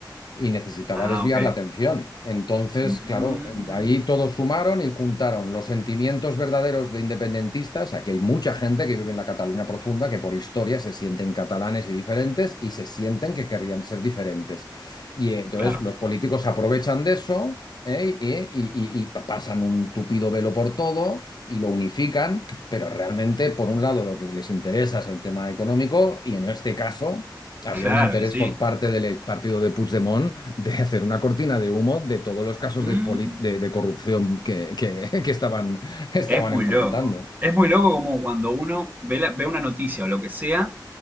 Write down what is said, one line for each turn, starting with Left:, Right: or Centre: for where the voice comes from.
Left: y necesitaba
Right: Ah,
Left: desviar
Right: ok.
Left: la atención. Entonces,
Right: Mm.
Left: claro, em, ahí todos sumaron y juntaron los sentimientos verdaderos de independentistas. Aquí hay mucha gente que vive en la Cataluña profunda, que por historia se sienten catalanes y diferentes y se sienten que querrían ser diferentes. Y eh, entonces
Right: Claro,
Left: los políticos se aprovechan de eso. ¿eh? Y, y- y- y pa- pasan un tupido velo por todo y lo unifican, pero realmente, por un lado, lo que les interesa es el tema económico y en este caso, había
Right: claro,
Left: un interés
Right: y sí.
Left: por parte del partido de Puigdemont de hacer una cortina de humo de todos los casos
Right: Mm,
Left: de, poli- de- de corrupción que, que- que estaban, estaban
Right: es muy
Left: enfrentando.
Right: loco. Es muy loco como cuando uno ve, la- ve una noticia o lo que sea,